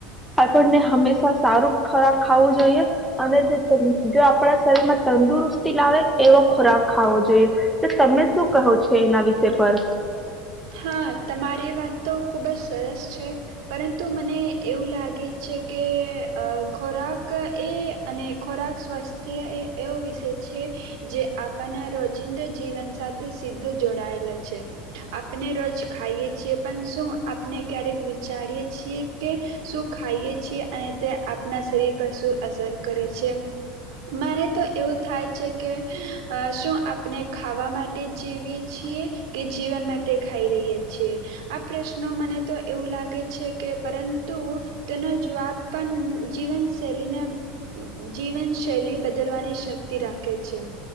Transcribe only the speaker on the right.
હા, તમારી વાત તો ખૂબજ સરસ છે, પરંતુ મને એવું લાગે છે કે ખોરાક એ અને ખોરાક સ્વાસ્થ્ય એ એવો વિષય છે, જે આપણાને રોજિંદા જીવન સાથે સીધો જોડાયેલા છે. આપણે રોજ ખાઈએ છીએ પણ શું આપને ક્યારેક વિચારીએ છીએ કે શું ખાઈએ છીએ અને તે આપના શરીર પર શું અસર કરે છે. મને તો એવું થાય છે, કે શું આપણે ખાવા માટે જીવીએ છીએ કે જીવન માટ ટે ખાઈ રહીએ છીએ. આ પ્રશ્નો મને તો એવું લાગે છે, કે પરંતુ તેનો જવાબ પણ જીવનશૈલીને જીવનશૈલી બદલવાની શક્તિ રાખે છે.